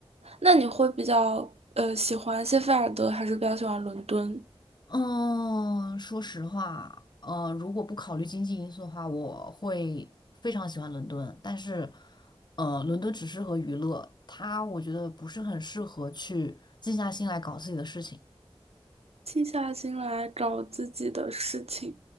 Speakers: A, on the right (about 85°); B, on the left (about 45°).
A: 那你会比较呃喜欢谢菲尔德，还是比较喜欢伦敦？
B: 嗯，说实话，呃，如果不考虑经济因素的话，我会非常喜欢伦敦。但是，呃，伦敦只适合娱乐，它我觉得不是很适合去静下心来搞自己的事情。
A: 静下心来找自己的事情，